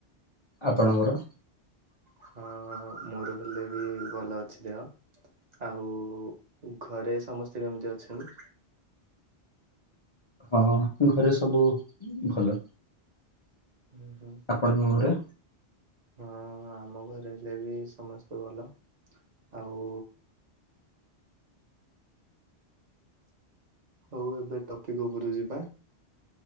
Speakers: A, on the left; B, on the right.
A: ଆପଣଙ୍କର?
B: ହଁ ମୋର ହେଲେ ବି ଭଲ ଅଛି ଦେହ ଆଉ ଘରେ ସମସ୍ତେ କେମିତି ଅଛନ୍ତି?
A: ହଁ ଘରେ ସବୁ ଭଲ।
B: ହୁଁ ହୁଁ।
A: ଆପଣଙ୍କ ଘରେ?
B: ହଁ ଆମ ଘରେ ହେଲେ ବି ସମସ୍ତେ ଭଲ ଆଉ ହଉ ଏବେ ଟପିକ୍ ଉପରକୁ ଯିବା।